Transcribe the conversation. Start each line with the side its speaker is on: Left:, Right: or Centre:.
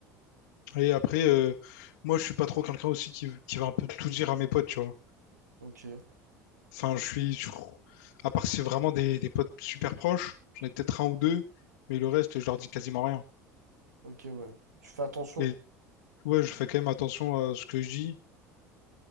Left: Et après, euh, moi, je suis pas trop quelqu'un aussi qui, qui va un peu tout dire à mes potes, tu vois.
Right: ok,
Left: Enfin, je suis, je- à part si c'est vraiment des, des potes super proches, j'en ai peut-être un ou deux, mais le reste, je leur dis quasiment rien.
Right: ok, ouais. Tu fais attention.
Left: Et ouais, je fais quand même attention à ce que je dis.